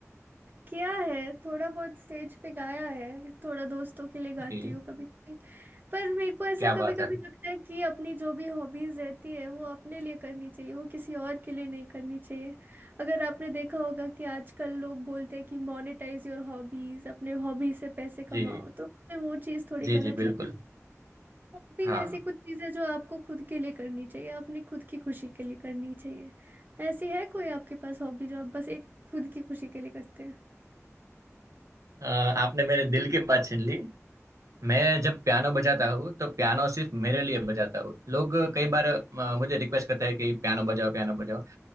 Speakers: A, on the right (about 35°); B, on the right (about 85°).
A: किया है थोड़ा बहुत स्टेज पे गाया है थोड़ा दोस्तों के लिए गाती
B: जी
A: हूँ कभी कभी पर मेरे को ऐसा
B: क्या बात
A: कभी कभी
B: है
A: लगता है कि अपनी जो भी हॉबीज रहती है वो अपने लिए करनी चाहिए वो किसी और के लिए नहीं करनी चाहिए अगर आपने देखा होगा कि आजकल लोग बोलते हैं कि मोनेटाइज योर हॉबीज अपने हॉबी से पैसे कमाओ
B: जी
A: तो मुझे वो चीज़ थोड़ी
B: जी
A: गलत
B: जी बिल्कुल
A: लगती है हॉबीज
B: हाँ
A: ऐसी कुछ चीज़ें जो आपको खुद के लिए करनी चाहिए अपनी खुद की खुशी के लिए करनी चाहिए ऐसी है कोई आपके पास हॉबी जो आप बस एक खुद की खुशी के लिए करते हैं
B: अ, आपने मेरे दिल की बात छीन ली मैं जब पियानो बजाता हूँ तो पियानो सिर्फ मेरे लिए बजाता हूँ लोग कई बार अ, मुझे रिक्वेस्ट करते हैं कि पियानो बजाओ पियानो बजाओ